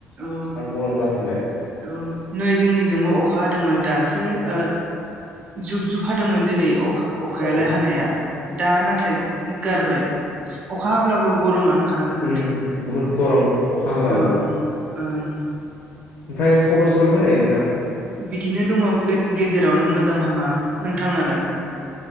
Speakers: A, on the right; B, on the left.
A: औ
B: आरो गरम जाफिनबाय
A: औ नै जोंनि जोंबो अखा हादोंमोन दासो। ओ जुब जुब हादोंमोन दिनै अखा अखायालाय
B: औ
A: हानाया। दा नाथाय गारबाय अखा हाब्लाबो गरमानो। खाराखै माथो
B: उम बहुत गरम अखा हाबाबो।
A: औ ओं।
B: ओमफ्राय खबर सबर बोरै नोंथां?
A: बिदिनो दङ गेजेरावनो मोजां हामा नोंथांनालाय।